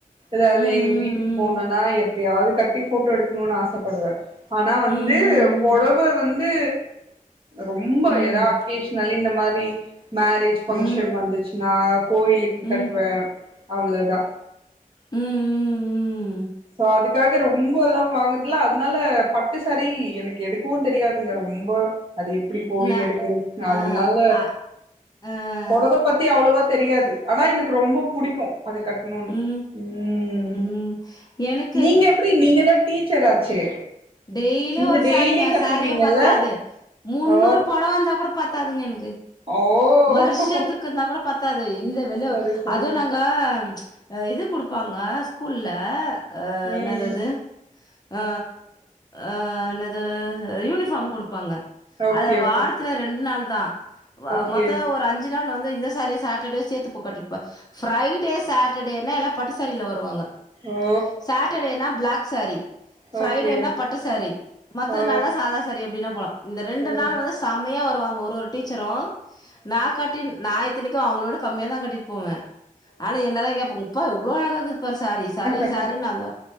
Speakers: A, on the right; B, on the left.
A: அ இப்ப
B: ம்
A: எங்க
B: ம்
A: வீட்டுக்கு போனுனா எப்டியாவது கட்டி ஃபோட்டோ எடுக்கணுனு ஆச படுவே ஆனா வந்து
B: ம்
A: பொடவ வந்து ரொம்ப
B: ம் ம்
A: எதா அக்கேஷ்னலி இந்த மாரி மேரேஜ்
B: ம்
A: பங்ஷன்
B: ம்
A: வந்துச்சுன்னா கோயிலுக்கு கட்டுவே
B: ம் ம் ம்
A: அவ்ளோதா
B: ம் ம் ம்
A: சோ அதுக்காக ரொம்போல்லா வாங்க ல்ல அதுனால பட்டுசாரி எனக்கு எடுக்கவு தெரியாதுங்க ரொம்ப அது எப்டி போய்
B: ந
A: எடுக்கறது அதுனால
B: ஆ அ ஆ
A: பொடவ பத்தி அவ்ளோவா தெரியாது ஆனா எனக்கு ரொம்ப புடிக்கு அது கட்ணுனு
B: ம்.
A: ம்
B: ம் எனக்
A: நீங்க எப்டி நீங்க தா டீச்சர் ஆச்சே
B: டெய்லி
A: நீங்க
B: ஒரு
A: டெய்லி
B: சாரீங்க
A: கட்டுவீங்கல்ல
B: சாரீயே பத்தாது முந்னூறு
A: ஓ
B: பொடவ வந்தா கூட பத்தாதுங்க எனக்கு
A: ஓ
B: வருஷத்துக்கு இருந்தா கூட பத்தாது இந்த வெளோ
A: சரி சரி
B: அது நாங்க க்க இது குடுப்பாங்க ஸ்கூல்ல அ
A: ம்
B: என்னாது அது ஆ ஆ என்னது யூனிஃபார்ம் குடுப்பாங்க
A: ஓகே
B: அது
A: ஓகே
B: வாரத்துல ரெண்டு நாள் தா அ
A: ஓகே
B: மொத்த ஒரு அஞ்சு அஞ்சு நாள் வந்து இந்த சாரிய சாட்டர்டே சேத்து போ கட்டிட்பே ஃப்ரைடே சாட்டர்டே னா எல்லா பட்டுசாரில வருவாங்க
A: ஓ
B: சாட்டடேனா பிளாக் சாரி ஃப்ரை
A: ஓகே
B: டேனா
A: ஓ
B: பட்டுசாரி மத்தது
A: ஆ
B: நாள்ளா சாதாசாரி அப்டினா போலா இந்த ரெண்டு
A: ஓ
B: நாள் வந்து செம்மையா வருவாங்க ஒரு ஒரு டீச்சரு நா கட்டி நாயித் இத்தனைக்கு அவுங்களோட கம்மியா தா கட்டிட்டு போவே ஆனா என்னதா கேப்பாங்க உப்பா இவ்ளோ அழகா இருக்குது பாரு சாரி சாரி
A: ஓகே
B: சாரின்னு அது